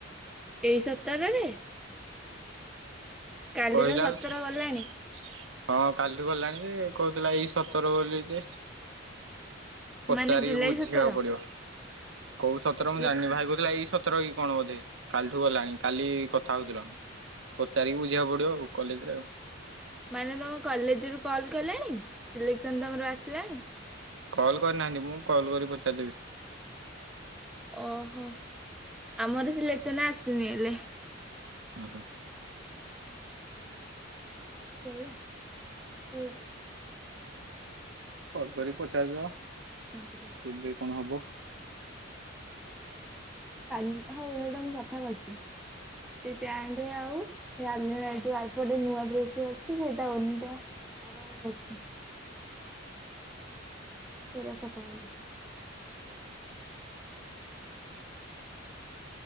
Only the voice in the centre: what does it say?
ଏଇ ସତରରେ? କାଲି
ତ ସତର
ଗଲାଣି।
ମାନେ ଜୁଲାଇ
ସତର
ଲିକ
ମାନେ ତମ କଲେଜ ରୁ କଲ୍ କଲେଣି ସିଲେକ୍ସନ ତମର ଆସିଲାଣି?
ଓହୋ ଆମର ସିଲେକ୍ସନ ଆସିନି ହେଲେ।
ସେଇଆ ସେ
<unintelligible> କମ୍ପ୍ୟୁଟର
କାଜି ହଉ ହେଇଟା ମୁଁ ସଫା କରିଛି। ଏଇ ପ୍ୟାଣ୍ଟ ଆଉ ସେ ଆଲେଣାରେ ଯୋଉ ଆରପଟେ ନୂଆ ଡ୍ରେସ୍ ଟା ଅଛି ସେଟା ଓନିଟା ଆର ଘରେ ଅଛି। ସେଟା ସଫା କରିଚି।